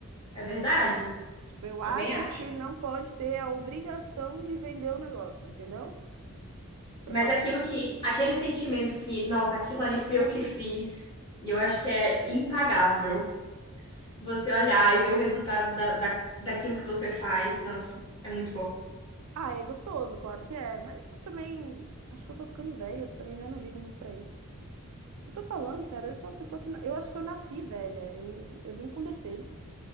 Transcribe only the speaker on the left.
é verdade.
Também acho.
Mas
aquilo
que, aquele sentimento que, nossa, aquilo ali fui eu que fiz, eu acho que é impagável. Você olhar e ver o resultado da, da, daquilo que você faz, nossa, é muito bom.